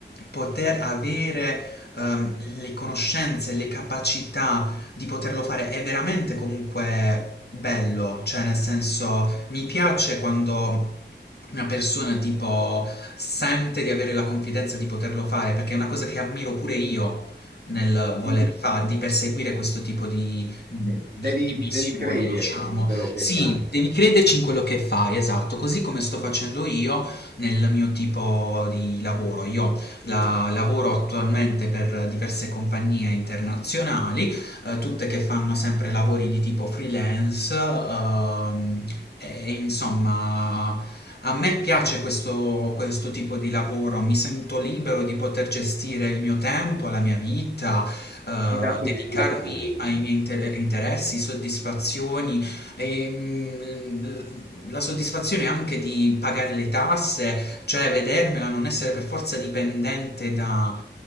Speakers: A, on the left; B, on the right.
A: poter avere, ehm, le conoscenze, le capacità di poterlo fare è veramente comunque bello, cioè nel senso mi piace quando una persona tipo sente di avere la confidenza di poterlo fare, perché è una cosa che ammiro pure io nel voler
B: sì,
A: fare, di perseguire questo tipo di, di,
B: de- devi,
A: di missione,
B: devi crederci
A: diciamo.
B: in quello che
A: Sì,
B: fai,
A: devi crederci in quello che fai, esatto, così come sto facendo io, nel mio tipo di lavoro. Io la- lavoro attualmente per diverse compagnie internazionali, eh, tutte che fanno sempre lavori di tipo freelance, ehm,
B: Mhm.
A: e insomma. A me piace questo, questo tipo di lavoro, mi sento libero di poter gestire il mio tempo, la mia vita, eh,
B: ti dà soddisfazione
A: dedicarmi ai miei inter- interessi, soddisfazioni, e, mm, la soddisfazione anche di pagare le tasse, cioè vedermela, non essere per forza dipendente da,